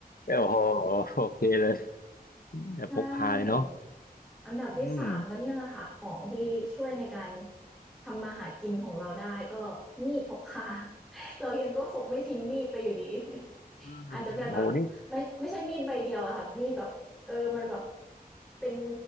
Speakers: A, on the left; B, in the centre.
A: โอ้โหโอเคเลยแบบพกพาเลยเนาะ
B: ใช่อันดับที่สามก็เนี่ยแหละค่ะของที่ช่วยในการ
A: อืม
B: ทำมาหากินของเราได้ก็มีดพกพา <laughs> เรายังก็คงไม่ทิ้งมีดไปอยู่ดี <laughs>
A: อืมโหนี่
B: อาจจะแบบแบบไม่ไม่ใช่มีดใบเดียวอะค่ะมีดแบบเออมันแบบเป็น